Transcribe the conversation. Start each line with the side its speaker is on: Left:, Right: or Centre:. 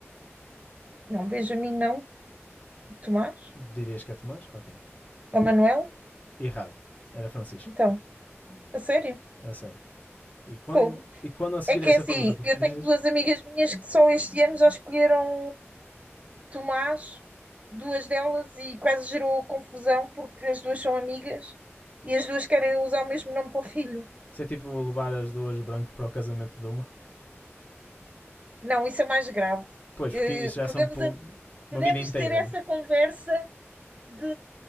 Right: Não, Benjamin, não. Tomás?
Left: Dirias que é Tomás? Ok.
Right: Ou Manuel?
Left: Errado. Era Francisco.
Right: Então, a sério?
Left: É sério. E quando,
Right: Fogo.
Left: e quando a seguir
Right: É que
Left: a essa
Right: é assim,
Left: pergunta, cur-
Right: eu
Left: diz,
Right: tenho
Left: diz.
Right: duas amigas minhas que só este ano já escolheram Tomás, duas delas, e quase gerou confusão porque as duas são amigas e as duas querem usar o mesmo nome para o filho.
Left: Isso é tipo levar as duas branco para o casamento de uma?
Right: Não, isso é mais grave.
Left: Pois,
Right: Eh,
Left: porque isso já
Right: podemos,
Left: são
Right: an-
Left: uma
Right: podemos
Left: vida inteira,
Right: ter essa
Left: né?
Right: conversa de,